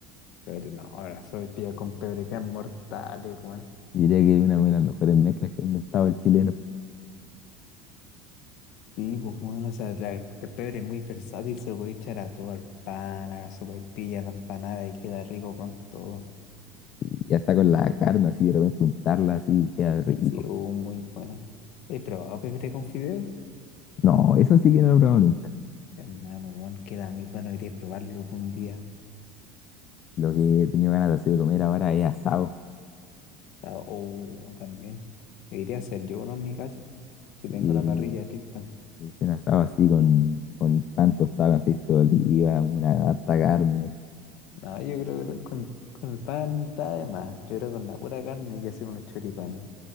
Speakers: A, on the left (about 55°); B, on the left (about 40°).
A: Pero no, ahora soy pilla con pebre que es mortal, weón.
B: Diría que es una de las mejores mezclas que ha inventado el chileno.
A: Sí, pues bueno, o sea, la- el pebre es muy versátil, se lo puede echar a todo, al pan, a la sopaipilla, a la empanada y queda rico con todo.
B: Y hasta con la carne así, de repente untarla así, queda rico.
A: Sí, oh, muy bueno. ¿He probado pebre con fideos?
B: No, eso sí que no lo he probado nunca.
A: Hermano, bueno, queda muy bueno, iré a probarlo algún día.
B: Lo que he tenido ganas así de comer ahora es asado.
A: O sea, oh, también. Me iré a hacer yo uno en mi casa, si
B: Y
A: tengo la parrilla lista.
B: y hice un asado así con, con pan tostado, con aceite de oliva, una harta carne.
A: No, yo creo que con, con el pan está de más. Yo creo que con la pura carne y hacer unos choripanes.